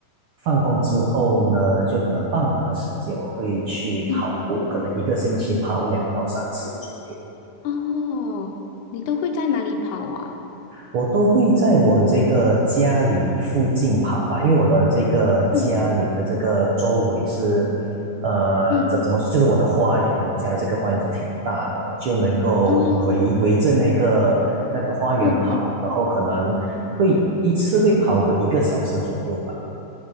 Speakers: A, on the right; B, on the left.
A: 放工之后呢，就可能傍晚的时间，我会去跑步，
B: 嗯。
A: 可能一个星期跑两到三次左右。
B: 哦，你都会在哪里跑啊？
A: 我都会在我这个家里附近跑吧，因为我的这个家里的这个周围是，
B: 嗯
A: 呃，
B: 嗯，
A: 怎怎么说，就是我的花园，我家这个花园是挺大的，就能够围围着那个那个花园跑，
B: 哦，嗯嗯
A: 然后可能会一次会跑个一个小时左右吧。
B: 嗯，